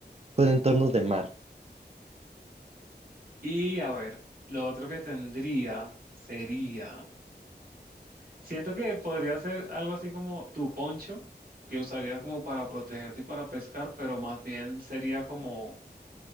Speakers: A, on the right; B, on the right.
A: con entornos de mar.
B: y a ver, lo otro que tendría sería, siento que podría ser algo así como tu poncho, que usarías como para protegerte y para pescar, pero más bien sería como,